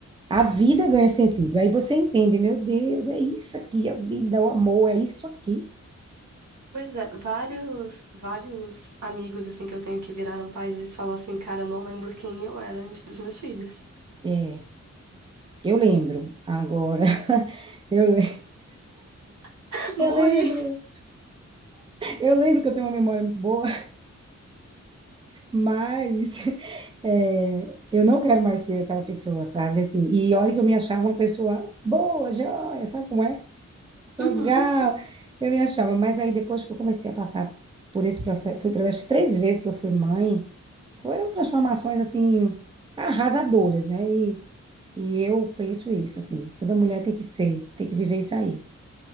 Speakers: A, on the right; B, on the right.
A: A vida ganha sentido. Aí você entende, meu Deus, é isso aqui, a vida, o amor, é isso aqui.
B: Pois é, vários, vários amigos assim que eu tenho que viraram pais, eles falam assim, cara, eu não lembro quem eu era antes dos meus filhos.
A: É, eu lembro agora. <laughs> Eu, le-
B: <laughs> Morri.
A: eu lembro. Eu lembro que eu tenho uma memória muito boa. Mas <laughs> é, eu não quero mais ser aquela pessoa, sabe? Assim, e olha que eu me achava uma pessoa boa, joia, sabe como é? Legal,
B: Uhum, sim,
A: eu me achava. Mas aí depois que eu comecei a passar por esse processo, por- pelas três vezes que eu fui mãe, foram transformações assim arrasadoras, né? E, e eu penso isso, assim, toda mulher tem que ser, tem que viver isso aí.